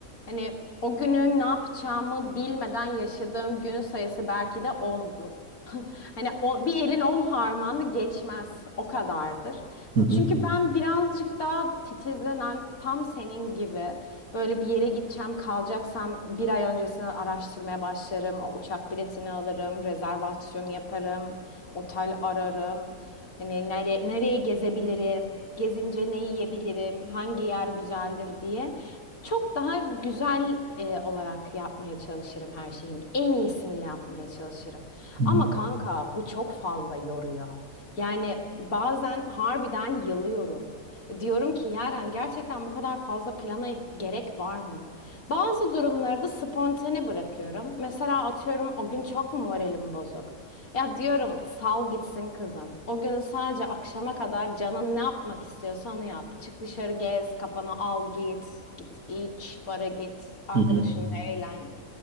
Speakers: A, on the left (about 70°); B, on the right (about 75°).
A: hani o günü ne yapacağımı bilmeden yaşadığım gün sayısı belki de ondur. <laughs> Hani o, bir elin 10 parmağını geçmez o kadardır.
B: Hı hı.
A: Çünkü ben birazcık daha titizlenen tam senin gibi böyle bir yere gideceğim kalacaksam bir ay öncesini araştırmaya başlarım. O uçak biletini alırım, rezervasyonu yaparım, otel ararım. Hani nere, nereye gezebilirim, gezince ne yiyebilirim, hangi yer güzeldir diye. Çok daha güzel e, olarak yapmaya çalışırım her şeyin. En iyisini yapmaya çalışırım.
B: Hı hı.
A: Ama kanka bu çok fazla yoruyor. Yani bazen harbiden yılıyorum. Diyorum ki Yaren gerçekten bu kadar fazla plana gerek var mı? Bazı durumlarda spontane bırakıyorum. Mesela atıyorum o gün çok mu moralim bozuk? Ya diyorum sal gitsin kızım. O gün sadece akşama kadar canın ne yapmak istiyorsa onu yap. Çık dışarı gez, kafana al git. Git iç, bara git, arkadaşınla
B: Hı hı.
A: eğlen.